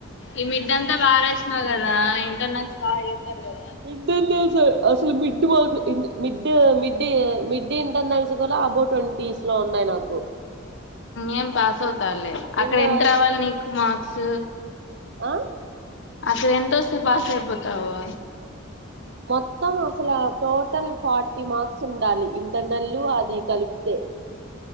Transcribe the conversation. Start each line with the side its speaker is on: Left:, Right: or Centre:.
Left: ఈ మిడ్ంతా బార కదా ఇంటర్నెల్స్ బాగా చేసారు కదా
Right: ఇంటర్నల్స్ అసలు మిడ్ మిడ్ మిడ్డ మిడ్డ ఇంటర్నల్స్ కూడా అబౌ్ ట్వంటీస్ లో ఉన్నాయి నాకు
Left: ఏం పాస్ అవుతాలే అక్కడ
Right: ఇంకా
Left: ఎంత రావాలి నీకు మార్క్స్
Right: ఆ
Left: అక్కడ ఎంత వస్తే పాస్ అయిపోతావు
Right: మొత్తం అసలు టోటల్ ఫార్టీ మార్క్స్ ఉండాలి ఇంటర్నెల్లు అది కలిపితే